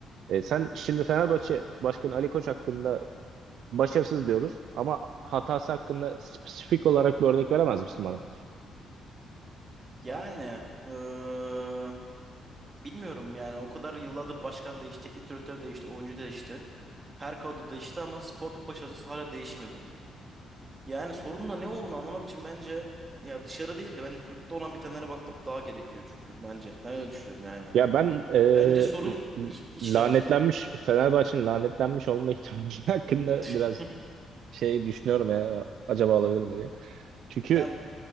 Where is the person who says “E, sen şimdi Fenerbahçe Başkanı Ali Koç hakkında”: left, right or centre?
Right